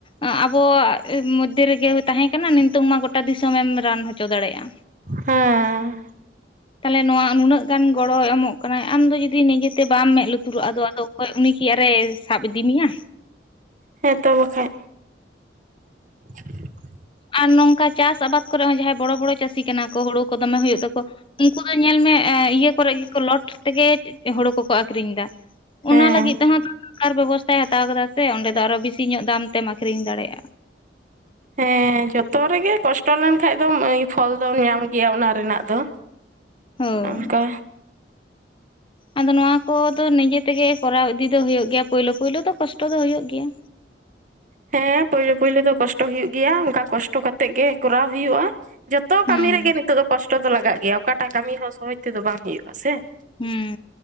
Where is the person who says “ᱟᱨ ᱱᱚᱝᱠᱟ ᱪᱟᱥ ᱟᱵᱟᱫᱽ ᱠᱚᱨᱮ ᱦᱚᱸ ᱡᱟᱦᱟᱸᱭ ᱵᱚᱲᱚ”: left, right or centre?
Left